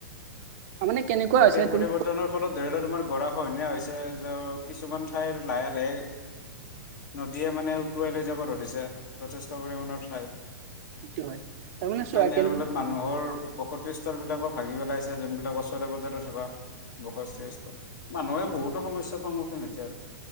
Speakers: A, on the right (about 50°); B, on the left (about 65°).
A: তাৰমানে কেনেকুৱা
B: গতিৰ
A: হৈছে
B: পৰিৱৰ্তনৰ
A: তুমি
B: ফলত ধৰি লওক তোমাৰ গঁৰাখহনীয়া হৈছে য কিছুমান ঠাইৰ লাহে-লাহে নদীয়ে মানে উটুৱাই লৈছে যাব ধৰিছে যথেষ্ট পৰিমাণৰ ঠাই
A: সেইটো হয় তাৰমানে চোৱা
B: তেনাৰ
A: কেনে
B: ফলত মানুহৰ বসতি লিলাকো ভাগি পেলাইছে যোনবিলাক ওচৰে পাজজৰে থকা <inaudible> বসস্থ মানুহে বহুতো সমস্যাৰ সন্মুখীন হৈছে আৰু